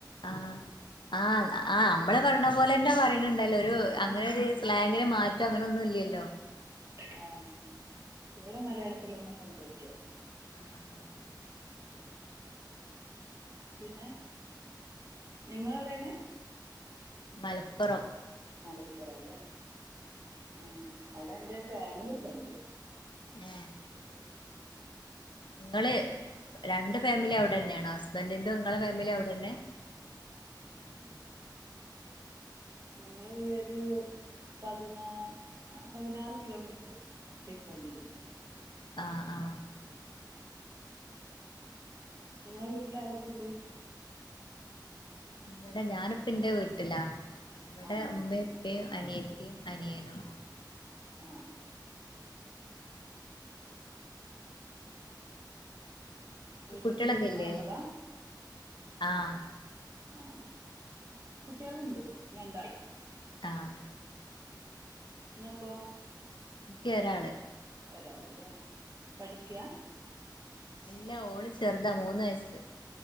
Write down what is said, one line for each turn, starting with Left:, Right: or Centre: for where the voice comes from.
Left: ആഹ് ആഹ് ആ ആ അമ്മള് പറഞ്ഞ പോലെന്നെ പറയണണ്ടല്ലോ ഒരു
Right: ആ,
Left: അങ്ങനെ ഒരു സ്ലാങ്ങിന് മാറ്റോ അങ്ങനെ ഒന്നും ഇല്ലല്ലോ
Right: ആഹ് ഇവിടെ മലയാളത്തിലെന്നെ സംസാരിക്ക
Left: ആഹ് ആഹ് ശരി
Right: പിന്നെ നിങ്ങ എവിടെണ്?
Left: മലപ്പുറം
Right: മലപ്പുറ അല്ലേ ആ അവിടെ എന്റെ ഫാമിലി ഒക്കെ ഉണ്ട്
Left: ആ
Right: <unintelligible>
Left: നിങ്ങള് രണ്ട് ഫാമിലി അവിടെ തന്നെയാണോ ന്റിന്റെ ഉങ്ങളെ ഫാമിലി അവിടെന്നെ?
Right: ഉ ഞങ്ങള് ഒരു പതിനാ പതിനാറ് കിലോമീറ്റർ ഡിഫറന്റില്
Left: ആ ആ
Right: ഇങ്ങളെ വീട്ടില് ആരൊക്കെണ്ട്?
Left: ഇവിടെ ഞാനിപ്പന്റെ വീട്ടിലാ ഇവിടെ
Right: ആണോ
Left: ഉമ്മയും ഉപ്പും അനിയ ത്തീം അനിയനും
Right: ആ വീട്ടിലേക്ക്
Left: കുട്ടികളൊക്കെല്ലേ?
Right: വിരുന്ന് വന്നതാ
Left: ആഹ്
Right: ആ കുട്ടികളുണ്ട് രണ്ടാൾ
Left: ആഹ്
Right: ഇങ്ങക്കൊ?
Left: ക്ക് ഒരാള്
Right: ഒരാളല്ലേ പഠിക്ക്യാ?
Left: എല്ലാ ഓള് ചെറുതാ മൂന്ന് വയസ്സ്